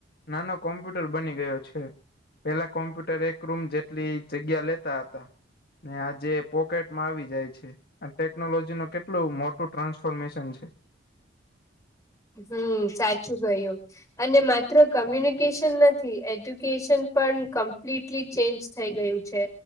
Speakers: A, on the left; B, on the left.
A: નાનો કોમ્પ્યુટર બની ગયો છે, પેલા કોમ્પ્યુટર એક રૂમ જેટલી જગ્યા લેતા હતા ને, આજે પોકેટમાં આવી જાય છે, અને ટેકનોલોજી નો કેટલો કેટલું મોટું ટ્રાન્સફોર્મેશન છે.
B: હમ્મ, સાચું કર્યું. અને માત્ર કમ્યુનિકેશન નથી, એજ્યુકેશન પણ કમ્પ્લીટ કેટલી ચેન્જ થઈ ગયું છે.